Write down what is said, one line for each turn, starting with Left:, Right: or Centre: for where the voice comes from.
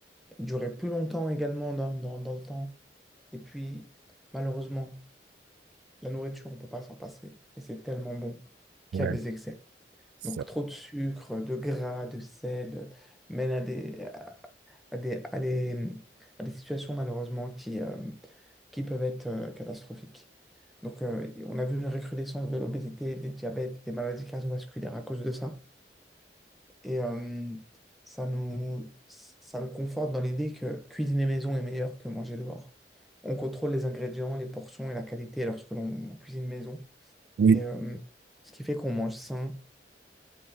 Centre: durer plus longtemps également dans, dans- dans le temps. Et puis, malheureusement, la nourriture, on ne peut pas s'en passer. Et c'est tellement bon qu'il
Right: ouais,
Centre: y a des excès.
Right: ça.
Centre: Donc, trop de sucre, de gras, de sel, euh, mène à des, à des, à des, à des situations malheureusement qui, euh, qui peuvent être euh, catastrophiques. Donc, euh, on a vu une recrudescence de l'obésité, des diabètes, des maladies cardiovasculaires à cause de ça. Et euh, ça nous, ça nous conforte dans l'idée que cuisiner maison est meilleur que manger dehors. On contrôle les ingrédients, les portions et la qualité lorsque l'on cuisine maison.
Right: Oui,
Centre: Et euh, ce qui fait qu'on mange sain.